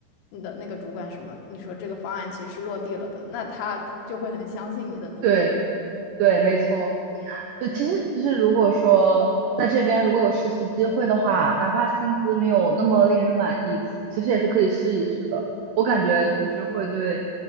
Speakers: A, on the left (about 85°); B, on the right (about 80°).
A: 你的那个主管什么，你说这个方案其实是落地了的，那他就会很相信你的能力。
B: 对对，
A: 嗯，
B: 没错。就其实其实如果说在这边如果有实习机会的话，哪怕薪资没有那么令人满意，其实也是可以试一试的。我感觉就是会对